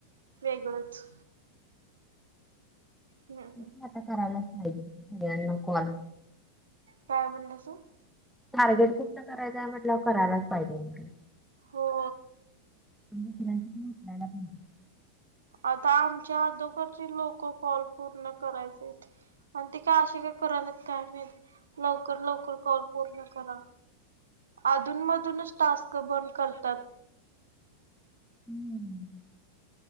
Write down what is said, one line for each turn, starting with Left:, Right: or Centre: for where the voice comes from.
Right: वेगळच, हम्म हम्म
Centre: म्हणून आता करायलाच पाहिजे सगळ्यांना कॉल,
Right: काय म्हणला सा,
Centre: टार्गेट कुठलं करायचंय म्हटलं करायलाच पाहिजे म.
Right: हो,
Centre: <unintelligible>
Right: आता आमच्या अदोखरची लोक कॉल पूर्ण करायचे आहेत. आणि ते काय अशे करायल्यात काय माहित, लवकर लवकर कॉल पूर्ण करा, अधून मधून टास्क बंद करतात,
Centre: हम्म,